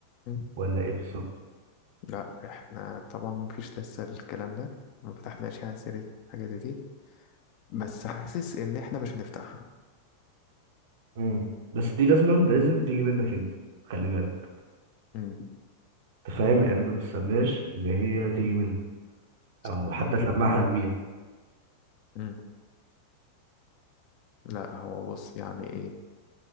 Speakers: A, on the left; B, on the right.
A: مم.
B: ولا ايه بالظبط
A: لا احنا طبعا مفيش لسه الكلام ده ما فتحناش يعني سيرة حاجة زي دي بس حاسس ان احنا مش هنفتحها
B: امم بس دي لازما لازم تيجي منك انت خلي بالك
A: مم.
B: انت فاهم يعني انت ما تستناش ان هي تيجي منها
A: صح
B: او حتى تلمح لك بيها
A: مم. لا هو بص يعني ايه